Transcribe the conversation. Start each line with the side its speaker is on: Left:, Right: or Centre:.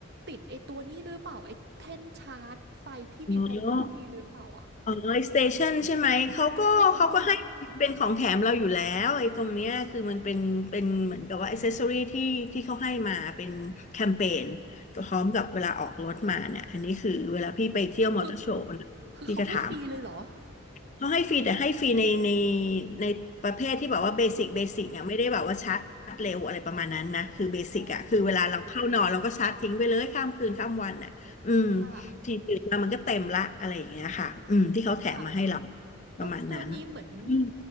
Right: ติดไอ้ตัวนี้หรือเปล่าไอ้แท่นชาร์จไฟพี่มีความรู้พวกนี้หรือเปล่าอ่ะ
Left: อ๋ออ๋อไอสเตชันใช่ไหมเขาก็เขาก็ให้เป็นของแถมเราอยู่แล้วไอ้ตรงเนี้ยคือมันเป็นเป็นเหมือนกับว่าอ
Right: เอองง
Left: c เซสซอรี่ที่ที่เขาให้มาเป็นแคมเปญพร้อมกับเวลาออกรถมาเนี่ยอันนี้คือเวลาพี่ไปเที่ยวมอเตอร์โชว์
Right: คือคือเขาให้ฟรีเลยเหรอ
Left: พี่ก็ถาม เขาให้ฟรีแต่ให้ฟรีในในในประเภทที่แบบว่าเบสิกเบสิกอ่ะไม่ได้แบบว่าชาร์จเร็วอะไรประมาณนั้นนะคือเบสิกอ่ะคือเวลาเราเข้านอนเราก็ชาร์จทิ้งไปเลยข้ามคืนข้ามวันอ่ะอืม
Right: อืมอ๋อค่ะ
Left: ทีตื่นมามันก็เต็มละอะไรอย่างเงี้ยค่ะอืมที่เขาแถมมาให้เรา
Right: ค่ะ แล้วตัวนี้เหมือน
Left: ประมาณนั้นอืม